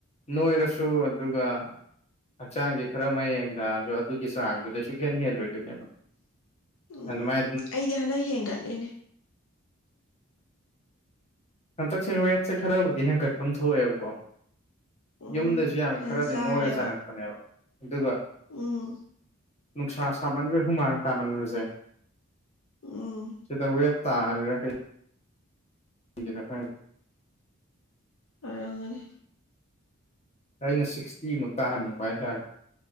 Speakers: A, on the left; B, on the left.
A: ꯅꯣꯏꯔꯁꯨ ꯑꯗꯨꯒ ꯍꯛꯆꯥꯡꯖꯦ ꯈꯔ ꯃꯌꯦꯡ ꯇꯥꯔꯖꯨ ꯑꯗꯨ ꯒꯤ ꯆꯥꯡꯗꯨꯗꯩ ꯁꯨꯡꯍꯦꯜ ꯍꯦꯜꯂꯣꯏꯗꯣꯏꯅꯦꯕ
B: ꯎꯝ
A: ꯑꯗꯨꯃꯥꯏ
B: ꯑꯩꯗꯤ ꯍꯟꯗꯛ ꯍꯦꯟꯒꯠꯂꯤꯅꯦ
A: ꯍꯟꯇꯛꯁꯦ ꯋꯥꯦꯠꯁꯦ ꯈꯔꯕꯨꯗꯤ ꯍꯦꯟꯒꯠꯐꯝ ꯊꯣꯛꯑꯦꯕꯀꯣ
B: ꯎꯝ
A: ꯌꯨꯝꯗꯩꯁꯨ ꯌꯥꯝ
B: ꯐꯖꯅ
A: ꯈꯔꯗꯤ
B: ꯆꯥꯔꯦꯕ
A: ꯅꯣꯏꯔ ꯆꯪꯉꯛꯄꯅꯦꯕ ꯑꯗꯨꯒ
B: ꯎꯝ
A: ꯅꯨꯡꯁꯥ ꯁꯥꯃꯟꯕꯩ ꯍꯨꯃꯥꯡ ꯇꯥꯃꯟꯕꯖꯦ
B: ꯎꯝ
A: ꯁꯤꯗ ꯋꯦꯠ ꯇꯔꯥꯒ ꯀꯩ <unintelligible>
B: ꯑꯣꯏꯔꯝꯒꯅꯤ
A: ꯑꯩꯅ ꯁꯤꯛꯁꯇꯤꯃꯨꯛ ꯇꯥꯍꯟꯅꯤꯡꯕ ꯍꯥꯏꯇꯥꯔꯦ